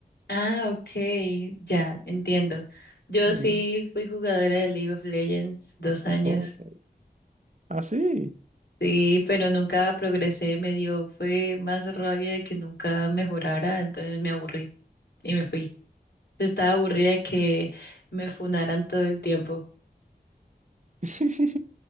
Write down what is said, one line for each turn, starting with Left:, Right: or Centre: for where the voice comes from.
Left: Ah, ok, ya, entiendo. Yo
Right: Mm,
Left: sí fui jugadora de League of Legends dos años,
Right: ok. Ah, sí.
Left: sí, pero nunca progresé, me dio, fue más rabia de que nunca mejorara, entonces me aburrí y me fui. Estaba aburrida de que me funaran todo el tiempo.
Right: <laughs>